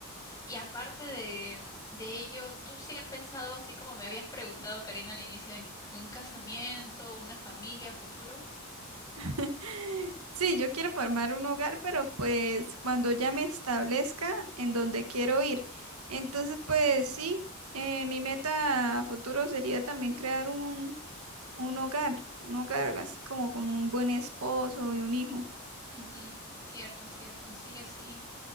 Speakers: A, on the left (about 15°); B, on the right (about 85°).
A: y aparte de, de ello, ¿tú sí has pensado, así como me habías preguntado, Karina, al inicio, en, en un casamiento, una familia a futuro?
B: <laughs> Sí, yo quiero formar un hogar, pero pues cuando ya me establezca en donde quiero ir. Entonces, pues sí, eh, mi meta a futuro sería también crear un, un hogar, un hogar así como con un buen esposo y un hijo.
A: Ujú, Cierto, cierto, sí o sí.